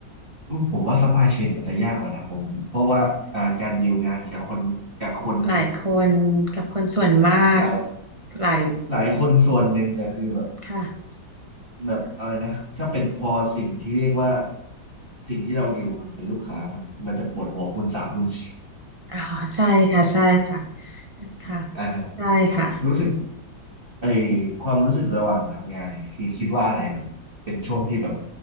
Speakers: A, on the right; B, on the right.
A: ผมว่าสปายเชนอาจจะยากกว่านะผมเพราะว่าอ่าการดีลงานกับคนกับคน
B: หลายคนกับคนส่วนมาก
A: หลาย
B: หลาย
A: หลายคนส่วนหนึ่งแต่คือแบบ
B: ค่ะ
A: แบบอะไรนะถ้าเป็นพอสิ่งที่เรียกว่าสิ่งที่เราดีลมันเป็นลูกค้ามันมันจะปวดหัวคูณสามคูณสี่
B: อ๋อใช่ค่ะใช่ค่ะค่ะ
A: <laughs> อ่าฮะ
B: ใช่ค่ะ
A: รู้สึก ไอความรู้สึกระหว่างทำงานเนี่ยคือคิดว่าอะไรแบบเป็นช่วงที่แบบ